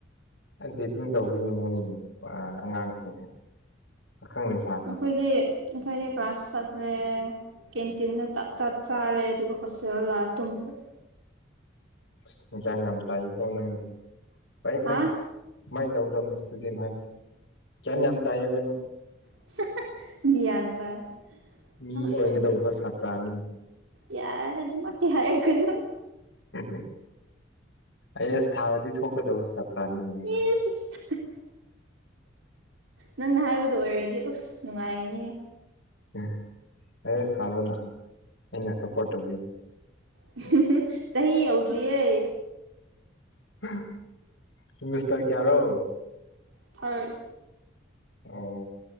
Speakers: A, on the left (about 70°); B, on the right (about 80°).
A: ꯗꯦꯇꯤꯡ ꯇꯧꯕꯒꯤ ꯃꯑꯣꯡꯅꯤꯅꯦ ꯄꯨꯔꯥ ꯑꯉꯥꯡꯁꯤꯡꯁꯦ ꯄꯥꯈꯪ ꯂꯩꯁ
B: ꯑꯩꯈꯣꯏꯗꯤ ꯑꯩꯈꯣꯏꯗꯤ ꯀ꯭ꯂ꯭ꯔꯥꯁ ꯆꯠꯂꯦ ꯀꯦꯟꯇꯤꯟꯗ ꯇꯞ ꯆꯥꯔꯦ ꯑꯗꯨꯒ ꯍꯣꯁꯇꯦꯜ ꯂꯥꯛꯑꯒ ꯇꯨꯝꯕ
A: ꯑꯁ ꯒ꯭ꯌꯥꯟ ꯌꯥꯝ ꯇꯥꯏꯌꯦꯀꯣ ꯅꯪꯗꯤ ꯐꯩ ꯐꯩ
B: ꯍꯥ
A: ꯑꯗꯨꯃꯥꯏꯅ ꯇꯧꯒꯗꯕꯅꯤ ꯏꯁꯇꯨꯗꯦꯟ ꯍꯥꯏꯕꯁꯦ ꯒ꯭ꯌꯥꯟ ꯌꯥꯝ ꯇꯥꯏꯌꯦꯕ ꯅꯪ
B: <unintelligible> ꯃꯤꯌꯥꯟ ꯇꯥꯏ
A: ꯃꯤ
B: ꯑꯁ
A: ꯑꯣꯏꯒꯗꯧꯕ ꯁꯥꯇ꯭ꯔꯥꯅꯤꯅꯦ
B: ꯌꯥꯔꯦ ꯑꯗꯨꯃꯛꯇꯤ ꯍꯥꯏꯔꯛꯀꯅꯨ
A: ꯎꯝ ꯎꯝ ꯑꯩ ꯑꯁ ꯊꯥꯔꯗꯤ ꯊꯣꯛꯀꯗꯧꯕ ꯁꯥꯠ ꯇꯥꯅꯤꯉꯦ ꯅꯡꯁꯦ
B: ꯏꯁ ꯅꯪꯅ ꯍꯥꯏꯕꯗꯣ ꯑꯣꯏꯔꯗꯤ ꯑꯁ ꯅꯨꯡꯉꯥꯏꯒꯅꯤꯍꯦ
A: ꯎꯝ ꯑꯩꯁ ꯊꯥꯔꯣꯅ ꯑꯩꯅ ꯁꯞꯄꯣꯔꯠ ꯇꯧꯒꯦ
B: <unintelligible> ꯆꯍꯤ ꯌꯧꯗ꯭ꯔꯤꯌꯦ
A: <unintelligible> ꯁꯦꯃꯤꯁꯇꯔ ꯀꯌꯥꯔꯣ
B: <unintelligible>
A: ꯑꯣ